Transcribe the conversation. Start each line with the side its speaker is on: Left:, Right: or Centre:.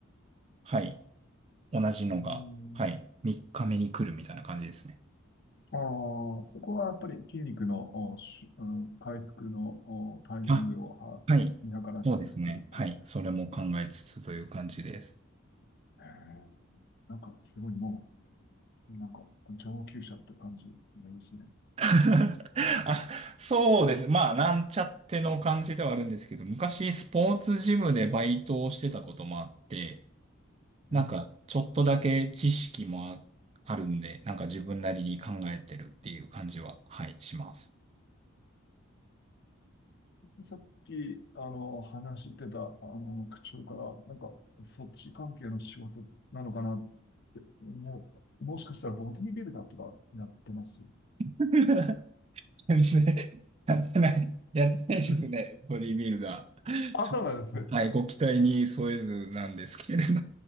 Right: はい。同じのが、
Left: うん、
Right: はい。3日目に来るみたいな感じですね。
Left: あー、そこはやっぱり筋肉の、おし、うん、回復の、おタイミングをは見計らってやってるという。
Right: あ、はい。そうですね。はい。それも考えつつという感じです。
Left: うんへーなんかすごいもう、なんか、上級者って感じになりますね。
Right: <laughs> あ、そうです。まあ、なんちゃっての感じではあるんですけど、昔スポーツジムでバイトをしてたこともあって、
Left: う
Right: なんか、ちょっとだけ知識もあ、あるんで、なんか自分なりに考えてるっていう感じは、はい、します。
Left: さっき、あの、話してた、あの、口調から、なんか、そっち関係の仕事なのかなって、もう、もしかしたらボディビルダーとかやってます。
Right: <laughs> 全然、やってない、やってないですね、
Left: うん
Right: ボディービルダー。
Left: あ、
Right: ちょっとはい、
Left: そうなんですね。
Right: ご期待に添えずなんですけれど、